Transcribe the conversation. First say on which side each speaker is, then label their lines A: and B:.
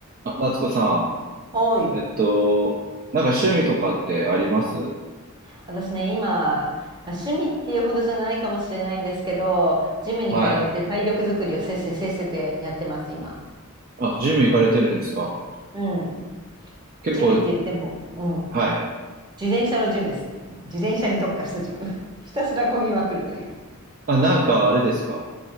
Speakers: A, on the right; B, on the right.
A: あ、夏子さ
B: はい。
A: ん、えっと、なんか趣味とかってあります
B: 私ね、今、まあ、趣味っていうほどじゃないかもしれないんですけど、ジムに通って体力作りをせっせせっせとやってます、
A: はい。
B: 今。
A: あ、ジム行かれてるんですか
B: うん。
A: 結構、
B: ジムって言っても、うん。
A: はい。
B: 自転車のジムです。自転車に特化したジム。<laughs> ひたすら漕ぎまくるという。
A: あ、なんかあれですか